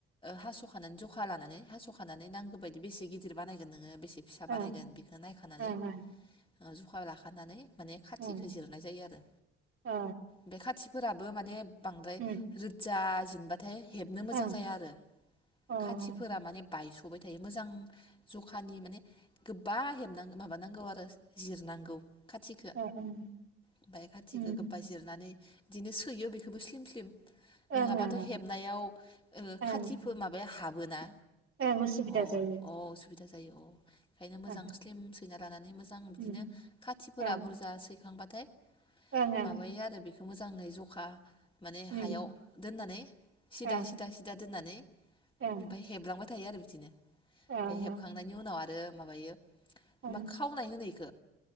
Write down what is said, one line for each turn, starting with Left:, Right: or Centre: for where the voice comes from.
Left: हास'खानानै जखा लानानै हास'खानानै नांगौ बायदि बेसे गिदिर बानायगोननोङो बेसे फिसा
Right: अ
Left: बानायगोन बेखौनो नायखानानै
Right: ओं ओं
Left: ज' जखा लाखानानै माने खाथिखौ
Right: ओं
Left: जिरनाय जायो आरो
Right: ओं
Left: बे खाथिफोराबो माने बांद्राय
Right: उम
Left: रोजा बाथाय हेबनो मोजां
Right: ओं
Left: जाया आरो
Right: अ ओं
Left: खाथिफोरा माने बायस' नुबाय थायो मोजां जखानि माने गोबां बा हेबनां माबानांगौ आरो जिरनांगौ खाथिखो
Right: ओ ओं
Left: ओमफ्राय खाथिखौ
Right: उम
Left: गोबा जिरनानै बिदिनो सैयो बेखौबो स्लिम स्लिम
Right: ओं
Left: नङाबाथ'
Right: ओं
Left: हेबनायाव
Right: ओं
Left: खाथिफोर माबाया हाबो हाबोना
Right: ओं उसुबिदा
Left: अ
Right: जायो
Left: अ उसुबिदा जायो ओं ओंखायनो मोजां
Right: ओं
Left: स्लिम सैना लानानै मोजां बिदिनो
Right: उम
Left: खाथिफोरा
Right: ओं
Left: बुरजा सैखांबाथाय
Right: ओं ओं
Left: माबायो आरो बेखौ मोजाङै जखा माने
Right: उम
Left: हायाव दोननानै सिदा
Right: ओं
Left: सिदा सिदा दोननानै
Right: ओं
Left: ओमफ्राय हेबलांबाय थायो आरो बिदिनो ओमफ्राय
Right: ओं
Left: हेखांनायनि उनाव आरो माबायो।
Right: ओं
Left: खावनाय होनो इखो